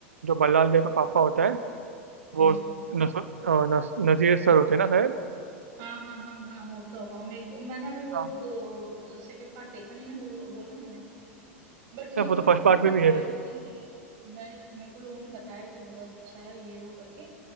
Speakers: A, on the right; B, on the right.
A: जो बल्लाल देव का पापा होता है वो
B: हम्म
A: नस, अ, नस, नजीर सर होते हैं ना शायद
B: हाँ हाँ हाँ हाँ होता होगा मेरे को मैंने अभी वो
A: हाँ
B: सेकंड पार्ट देखा नहीं ना बोल, बोला ना मैंने बट मेरे
A: तो वो
B: को
A: तो
B: लोगों
A: फर्स्ट पार्ट
B: ने
A: में
B: बताया
A: भी है वैसे
B: कि मैं मेरे को लोगों ने बताया कि बहुत अच्छा है ये वो करके